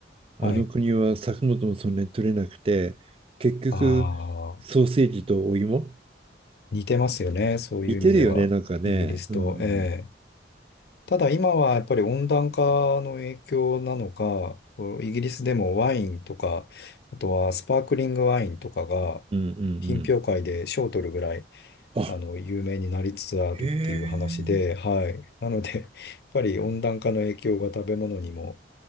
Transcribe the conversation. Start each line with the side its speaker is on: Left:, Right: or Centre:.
Right: あの国は作物もそんなに取れなくて、
Left: はい。
Right: 結局ソーセージとお芋
Left: ああ、似てますよね。そういう意味では、
Right: 似てるよね、なんかね。
Left: イギリスと。
Right: うん、うん、
Left: ええ。ただ今はやっぱり温暖化の影響なのか、こうイギリスでもワインとか、あとはスパークリングワインとかが、
Right: うんう
Left: 品評会で賞を取るぐらい、
Right: ん。あ、
Left: あの、有名になりつつあるっていう話で、
Right: ええ
Left: はい。なので、やっぱり温暖化の影響が食べ物にも、